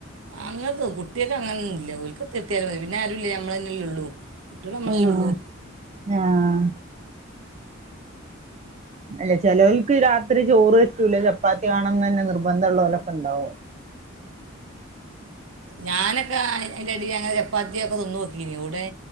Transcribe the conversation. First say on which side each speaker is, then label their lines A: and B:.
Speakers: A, on the right (about 75°); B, on the right (about 35°).
A: അങ്ങനെ കുട്ടിയൊക്കെ അങ്ങനൊന്നും ഇല്ല ഒക്ക് തൃപ്തി ഇല്ലാതെ വരും. പിന്നെ ആരുമല്ലേ നമ്മള തന്നേ ഉള്ളൂ കുട്ടികൾ നമ്മളേ
B: ഉം
A: ല്ലേ ഉള്ളൂ..
B: ആഹ് അല്ല ചിലവൽക്ക് രാത്രി ചോറ് പറ്റൂല്ല, ചപ്പാത്തി കാണണംന്ന് തന്നെ നിർബന്ധം ഉള്ളവരൊക്കെ ഉണ്ടാവും.
A: ഞാനൊക്കെ ആയിന്റെ അടി അങ്ങനെ ചപ്പാത്തി ഒക്കെ തിന്നോക്കി എവിടെ.